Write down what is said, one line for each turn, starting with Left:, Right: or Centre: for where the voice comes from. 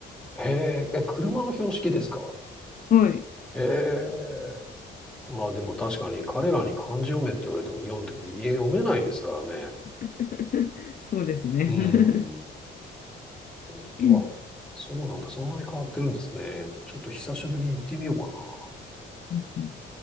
Centre: あ。へえ、え、車の標識ですか。
Left: はい。
Centre: ええ。まあでも確かに彼らに漢字読めって言われても読んでも家読めないですからね。
Left: <laughs> そうですね。
Centre: うん。
Left: <laughs>
Centre: これは、
Left: うん
Centre: そうなんだ。そんなに変わってるんですね。ちょっと久しぶりに行ってみようかな。
Left: うんうん